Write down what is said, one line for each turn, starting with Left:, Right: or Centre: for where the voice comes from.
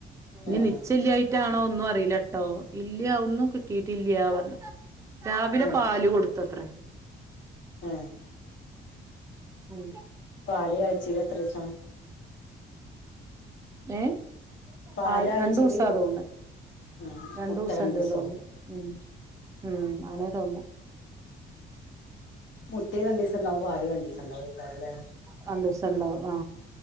Right: ഇനി
Left: ആ
Right: നിച്ചെല്ലായി റ്റാണോ ഒന്നും അറീലട്ടോ ഇല്ല ഒന്നും കിട്ടീട്ടില്ല പറഞ്ഞ് രാവിലെ
Left: ആ
Right: പാല് കൊടുത്തത്രേ
Left: ഏ
Right: ഉം
Left: പാല് ആഴ്ചയില് എത്രീസാ
Right: ഏ
Left: പാല്
Right: ആ
Left: ആഴ്ചയില്
Right: രണ്ടൂസാ തോന്ന്നെ
Left: ആ
Right: രണ്ടു
Left: മുട്ട
Right: ദിവസണ്ട്
Left: രണ്ടീസോ
Right: തോന്നണ് ഉം ഉം ത്തണ് തോന്നണ്
Left: മുട്ടിം രണ്ടീസം ഉണ്ടാവും പാലും രണ്ടീസണ്ടാവും എയ്ക്കാരല്ലേ
Right: രണ്ടൂസണ്ടാവും ആ